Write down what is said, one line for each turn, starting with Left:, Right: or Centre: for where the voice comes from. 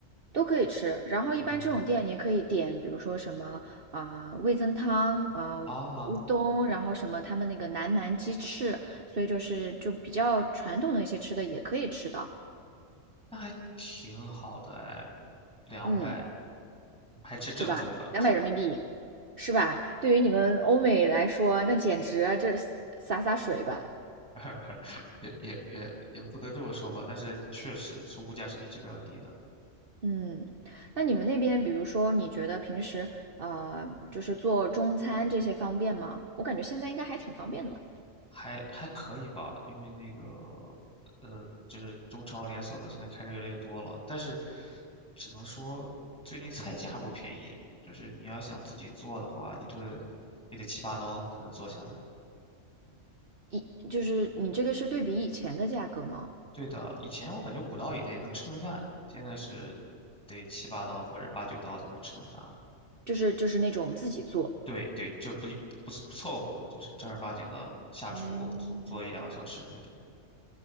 Right: 都可以吃。然后一般这种店你可以点，
Centre: 哦，
Right: 比如说什么啊、呃味增汤，呃乌冬，
Centre: 啊，
Right: 然后什么他们那个南蛮鸡翅，所以就是就比较传统的一些吃的也可以吃到。
Centre: 那还挺好的哎，两百，
Right: 嗯，
Centre: 还吃正宗的。
Right: 对吧？两百人民币，是吧？对于你们欧美来说，那简直啊这洒洒水吧。
Centre: <laughs> 也也也也不能这么说吧，但是确实是物价是比这边要低的，
Right: 嗯，那你们那边，比如说，你觉得平时呃，就是做中餐这些方便吗？我感觉现在应该还挺方便的吧。
Centre: 还还可以吧，因为那个呃，就是中超连锁的现在开的越来越多了，但是只能说最近菜价不便宜，就是你要想自己做的话，一顿也得七八刀才能做下来。
Right: 以就是你这个是对比以前的价格吗？
Centre: 对的，以前我感觉五刀以内能吃顿饭，现在是得七八刀或者八九刀才能吃顿饭。
Right: 就是就是那种自己做。
Centre: 对对，就不不是不凑合，就是正儿八经的下厨做做一两个小时那种。
Right: 哎，